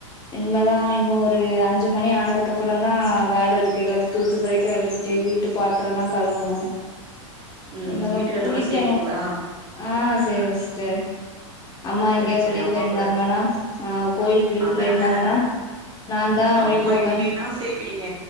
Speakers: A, on the left; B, on the right.
A: இன்மேதா இன்னொரு அஞ் சு மணி ஆனதுக்குப்ற தா வேலருக்கு எல்லாத் தூத்து கொறைக்கு அல்லிட்டு வீட்டு பாத்தரோலா கழுவனு
B: ம்
A: இன்மேதா
B: வீட்டு வேலல்லா
A: குளிக்கனு
B: செய்வீங்களா
A: ஆ செரி சிஸ்டர் அம்மா
B: சரி
A: எங்கேயாவது
B: சரி
A: வெளிய
B: அம்மா
A: போய்ருந்தாங்னாலா
B: கூட
A: அ கோயிலுக்கு இழுக்கு
B: அதான
A: போயிருந்தாங்கனா நா தா அ
B: அம்மா
A: வீட்ல உக்காந்
B: இல்லைன்னா செய்வீங்க